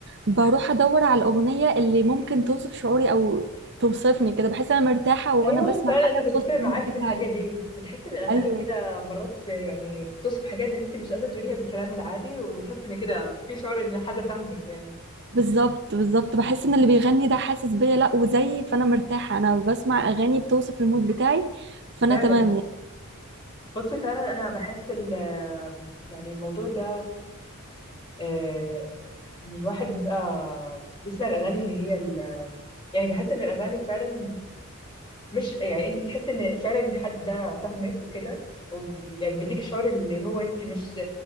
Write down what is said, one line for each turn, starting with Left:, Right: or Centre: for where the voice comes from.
Right: بروح ادور على الأغنية اللي ممكن توصف شعوري او توصفني كده بحس انا مرتاحة وانا
Left: ايوه
Right: بسمع
Left: فعلا
Right: حاجة
Left: انا بتفق
Right: تخص
Left: معاك
Right: المود بتاعي
Left: بالحاجه دي بتحس ان الاغاني
Right: ايوه
Left: كده مرات ب- يعني بتوصف حاجات انت مش قادره تقوليها بالكلام العادي وبتحس ان كده في شعور ان حد فاهمك يعني
Right: بالظبط بالظبط بحس ان اللي بيغني ده حاسس بيا لا وزيي فانا مرتاحه انا بسمع اغاني بتوصف المود بتاعي فانا
Left: فعلا
Right: تمام يعني
Left: بص فعلا انا بحس ال يعني الموضوع ده آه، ان الواحد بيبقى بيسمع الاغاني اللي هي ال- يعني بحس ان الاغاني فعلا مش يعني انت بتحس ان فعلا الحد ده فاهمك وكده ويعني بيديك شعور اللي هو انت مش